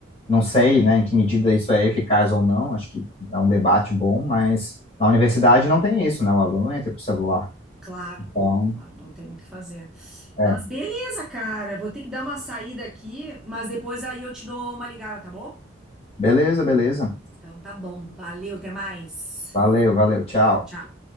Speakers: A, on the left (about 30°); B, in the centre.
A: Não sei, né, em que medida isso é eficaz ou não, acho que é um debate bom, mas na universidade não tem isso, né? O aluno entra com o celular.
B: claro.
A: Então,
B: Não, não tem muito o que fazer.
A: é,
B: Mas beleza, cara. Vou ter que dar uma saída aqui, mas depois aí eu te dou uma ligada, tá bom?
A: beleza, beleza.
B: Então tá bom. Valeu, até mais.
A: Valeu, valeu, tchau.
B: Tchau.